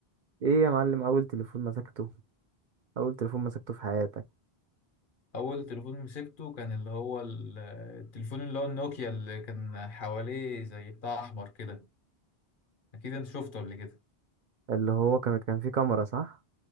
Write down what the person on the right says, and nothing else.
ايه يا معلم اول تليفون مسكته اول تليفون مسكته في حياتك
اللي هو كان كان فيه كاميرا صح